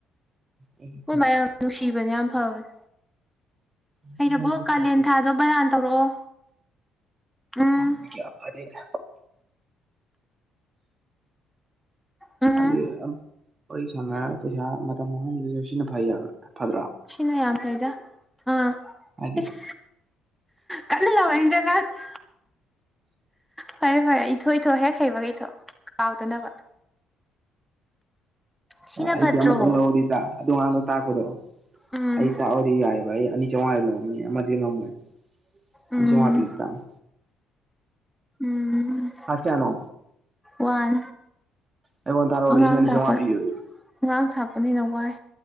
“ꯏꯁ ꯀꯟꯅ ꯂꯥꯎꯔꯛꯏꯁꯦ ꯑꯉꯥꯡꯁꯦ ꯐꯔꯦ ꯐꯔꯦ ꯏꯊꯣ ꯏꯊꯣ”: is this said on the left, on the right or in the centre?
Centre